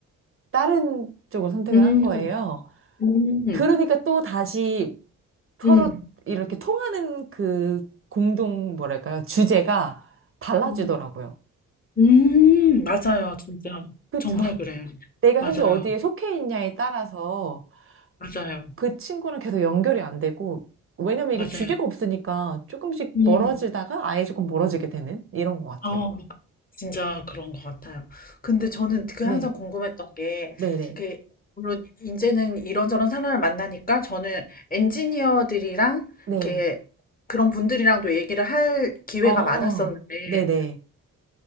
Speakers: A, on the right; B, on the left.
A: 다른 쪽을 선택을
B: 음.
A: 한 거예요.
B: 음.
A: 그러니까 또 다시 서로
B: 음.
A: 이렇게 통하는 그 공동 뭐랄까요? 주제가 달라지더라고요.
B: 음. 음 맞아요. 진짜
A: 그렇죠.
B: 정말 그래요.
A: 내가
B: 맞아요.
A: 현재 어디에 속해 있냐에 따라서
B: 맞아요.
A: 그 친구랑 계속 연결이 안 되고, 왜냐면
B: 맞아요.
A: 이게 주제가 없으니까 조금씩
B: 음.
A: 멀어지다가 아예 조금 멀어지게 되는 이런 것 같아요.
B: 어. 진짜 그런 것 같아요. 근데 저는 그
A: 네,
B: 항상 궁금했던 게,
A: 네네,
B: 그, 물론 이제는 이런저런 사람을 만나니까 저는 엔지니어들이랑,
A: 네.
B: 이렇게 그런 분들이랑도 얘기를 할 기회가
A: 어,
B: 많았었는데,
A: 네네.